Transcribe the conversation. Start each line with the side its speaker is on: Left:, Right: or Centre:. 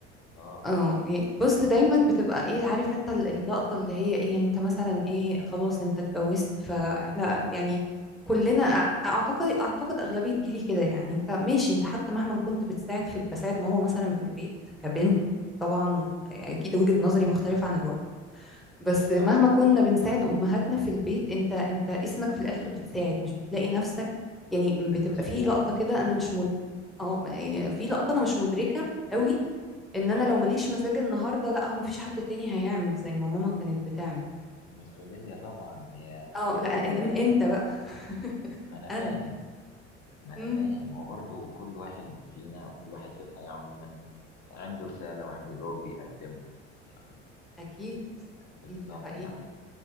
Left: اه
Centre: اه يعني بص دايما بتبقى ايه عارف انت ال- اللقطة اللي هي ايه يعني انت مثلا ايه خلاص انت اتجوزت فاحنا يعني كلنا أع- اعتقد اعتقد اغلبية جيلي كده يعني انت ماشي انت حتى مهما كنت بتساعد في بساعد ماما مثلا في البيت كبنت طبعا اكيد وجهة نظري مختلفة عن الولد بس مهما
Left: اه
Centre: كنا بنساعد امهاتنا في البيت انت انت اسمك في الاخر بتساعد مش بتلاقي نفسك يعني
Left: انت
Centre: بتبقى
Left: مسؤول
Centre: في لقطة كده انا مش مد اه يعني في لقطة انا مش مدركة قوي ان انا
Left: اه
Centre: لو ماليش مزاج النهارده لا هو مفيش حد تاني هيعمل زي ما ماما كانت بتعمل
Left: مسؤوليه طبعا هي
Centre: اه
Left: خلي بالك
Centre: لا إن
Left: ده
Centre: انت بقى <laughs>
Left: ما انا
Centre: انا
Left: فاهم ما انا
Centre: امم
Left: فاهم هو برضو كل واحد فينا وكل واحد في الحياه عموما عنده رسالة وعنده دور بيقدمه يعني
Centre: اكيد اكيد
Left: بالظبط
Centre: ده حقيقي
Left: يعني